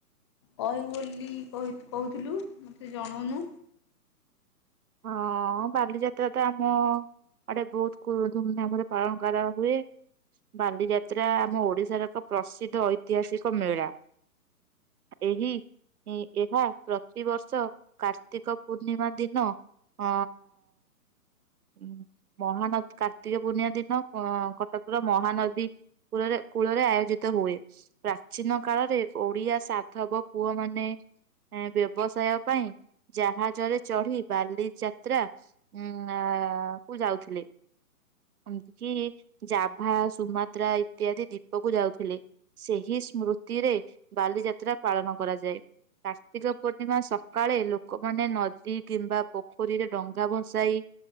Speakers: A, on the left (about 20°); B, on the right (about 70°).
A: କହିବୁ ବୋଲି କହି କହୁଥୁଲୁ ମୋତେ ଜଣଉନୁ।
B: ହଁ ବାଲିଯାତ୍ରା ତ ଆମ ଆଡେ ବହୁତୁ କୁ- ଧୁମଧାମ୍ ରେ ପାଳନ କରାହୁଏ, ବାଲିଯାତ୍ରା ଆମ ଓଡିଶାର ଏକ ପ୍ରସିଦ୍ଧ ଐତିହାସିକ ମେଳା, ଏହି ଇ-ଏହା ପ୍ରତିବର୍ଷ କାର୍ତ୍ତିକ ପୂର୍ଣ୍ଣିମା ଦିନ ଅ, ଉଁ, ମହାନଦ କାର୍ତ୍ତିକ ପୂର୍ଣ୍ଣିମା ଦିନ କ-କଟକର ମହାନଦୀ କୂଳରେ କୂଳରେ ଆୟୋଜିତ ହୁଏ, ପ୍ରାଚୀନ କାଳରେ ଓଡିଆ ସାଧବ ପୁଅ ମାନେ ଏଁ, ବ୍ୟବସାୟ ପାଇଁ ଜାହାଜରେ ଚଢି ବାଲି ଯାତ୍ରା ଉଁ, ଆ, କୁ ଯାଉଥିଲେ। ଏମତି କି ଜାଭା, ସୁମାତ୍ରା ଇତ୍ୟାଦି ଦୀପକୁ ଯାଉଥିଲେ, ସେହି ସ୍ମୃତିରେ ବାଲିଯାତ୍ରା ପାଳନ କରାଯାଏ, କାର୍ତ୍ତିକ ପୂର୍ଣ୍ଣିମା ସକାଳେ ଲୋକମାନେ ନଦୀ କିମ୍ବା ପୋଖରୀରେ ଡଙ୍ଗା ଭସାଇ